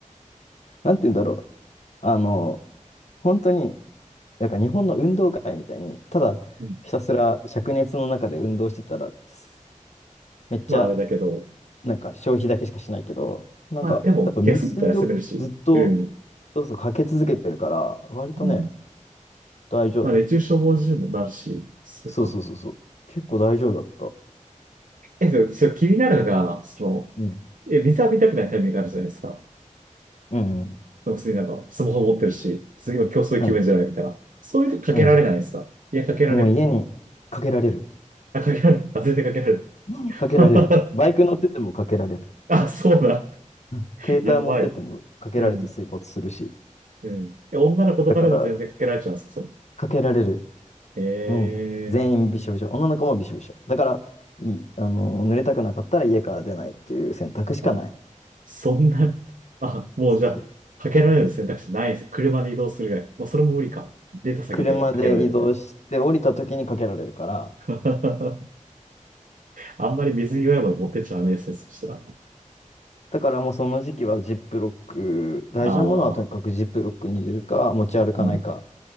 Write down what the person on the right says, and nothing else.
うん
まあ、あれだけど、
まあ、でも、休むと休めるし、うん、
うん。
まあ、熱中症防止にもなるし、そうか。
え、でも、それ気になるのが、その、
え、水浴びたくないタイミングあるじゃないですか。
普通になんか、スマホ持ってるし、次は競争気分じゃないみたいな。
そういう時かけられないですかいや、
かけられる。
あ、かけられる。あ、全然かけられる。
<laughs>
あ、そうだ。
やばい。うん。うん。え、女の子とかでも全然かけられちゃうんですかその
ええ
ー。あ、そんな、あ、もうじゃあ、
かけられる選択肢ないです。車で移動するぐらい。もうそれも無理か。出た先でかけられるみたいな。
<laughs> あんまり水際まで持ってっちゃダメですね。そしたら。
ああ、
う